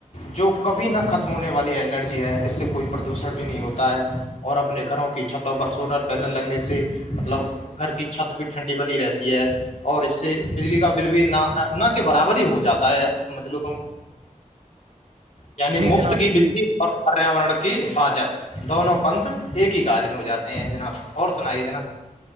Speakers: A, on the left; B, on the right.
A: جو کبھی نہ ختم ہونے والی انرجی ہے اس سے کوئی پردوشن بھی نہیں ہوتا ہے اور اپنے گھروں کی چھتوں پر سولر پنل لگنے سے مطلب گھر کی چھت بھی ٹھنڈی بنی رہتی ہے اور اس سے بجلی کا بل بھی نہ نہ کے برابر ہی ہو جاتا ہے ایسے سمجھ لو تم یعنی
B: جی
A: مفت
B: جناب
A: کی بجلی
B: جی
A: اور پریاورن کی حفاظت دونوں پنتھ ایک ہی کاج میں ہو جاتے ہیں جناب اور سنائیے جناب